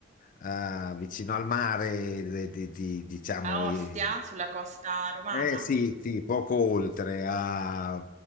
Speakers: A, on the left; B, on the right.
A: eh, vicino al mare, de- di- di- diciamo,
B: A
A: e
B: Ostia, sulla costa romana?
A: eh sì, sì, poco oltre, a-